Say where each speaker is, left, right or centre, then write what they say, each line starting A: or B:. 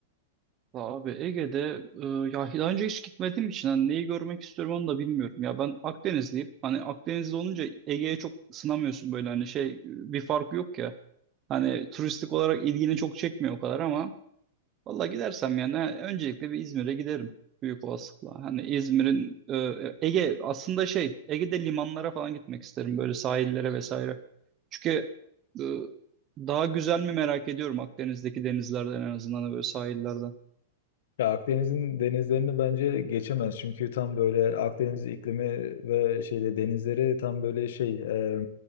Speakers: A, on the right; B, on the left.
A: Ya Abi Ege'de e, ya daha önce hiç gitmediğim için hani neyi görmek istiyorum onu da bilmiyorum. Ya ben Akdenizliyim. Hani Akdenizli olunca Ege'ye çok sınamıyorsun böyle hani şey e, bir fark yok ya. Hani turistik olarak ilgini çok çekmiyor o kadar ama valla gidersem yani öncelikle bir İzmir'e giderim büyük olasılıkla. Hani İzmir'in e, e, Ege aslında şey Ege'de limanlara falan gitmek isterim böyle sahillere vesaire. Çünkü e, daha güzel mi merak ediyorum Akdeniz'deki denizlerden en azından da böyle sahillerden.
B: Ya Akdeniz'in denizlerini bence geçemez. Çünkü tam böyle Akdeniz iklimi ve şeyde denizleri tam böyle şey e,